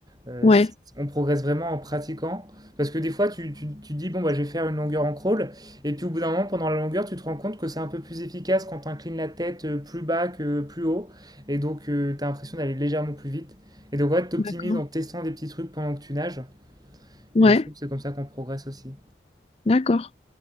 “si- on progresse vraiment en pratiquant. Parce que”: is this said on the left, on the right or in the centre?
Right